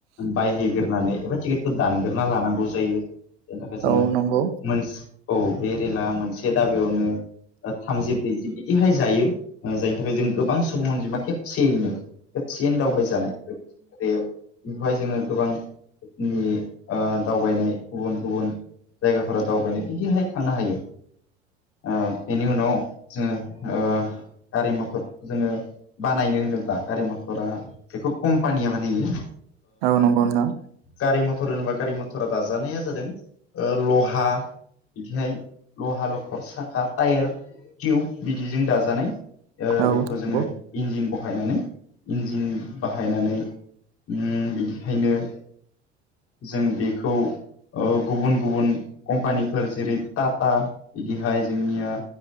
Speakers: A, on the left; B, on the right.
A: बायहै ग्रोनानै एबा टिकेटखौ दानग्रोना लानांगौ जायो बेनि थाखाय जोङो
B: औ नंगौ
A: मोन औ बे रेला मोनसे दाबायावनो थामजि ब्रैजि बिदिहाय जायो जायनि थाखाय जों गोबां सुबुं अनजिमा खेबसेयैनो खसेयन दावबाय जानाय रेल बेवहाय जोङो गोबां नि ओदावबायनाय गुबुन गुबुन जायगाफोरा दावबायनो बिदिहाय थांनो हायो ओ बेनि उनाव जोङो गारि मथर जोङो बानायनो होनोब्ला गारि मथरा बेखौ कम्पानिया बानायो
B: औ नंगौ नोंथां
A: गारि मथर होनोबा गारि मथरा दाजानाया जादों ओ लहा बिदिहाय लहा लखर साखा टायार टिउब बिदिजों दाजानाय ओ
B: औ
A: बेखौ
B: नंगौ
A: जोङो इन्जिन बहायनानै इन्जिन बाहायनानैउम बिदिहायनो जों बेखौ गुबुन गुबुन कम्पानिफोर जेरै टाटा बिदिहाय जोंनिया